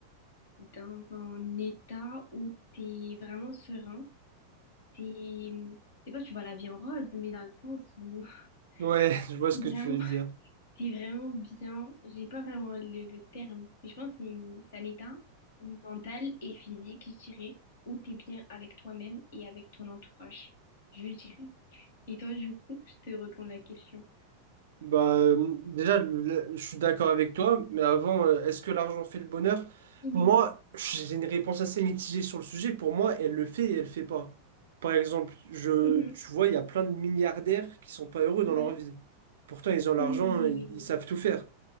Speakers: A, on the left; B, on the right.
A: dans un état où tu es vraiment serein. t'es, c'est pas, tu vois la vie en rose, mais dans le sens où
B: Ouais, <laughs>
A: <laughs>
B: je vois ce
A: vraiment
B: que tu veux dire.
A: C'est vraiment bien. J'ai pas vraiment le, le terme, mais je pense que c'est une- c'est un état mental et physique, je dirais, où t'es bien avec toi-même et avec ton entourage, je dirais. Et toi, du coup, je te retourne la question.
B: Bah, euh, déjà, le- le- je suis d'accord avec toi, mais avant, euh, est-ce que l'argent fait le bonheur?
A: Oui.
B: Pour moi, j'ai une réponse assez mitigée sur le sujet. Pour moi, elle le fait et elle le fait pas. Par exemple, je,
A: Mhm.
B: tu vois, il y a plein de milliardaires qui sont pas heureux dans
A: Ouais.
B: leur vie. Pourtant, ils ont l'argent,
A: Mhm. Oui,
B: ils,
A: oui, oui.
B: ils savent tout faire.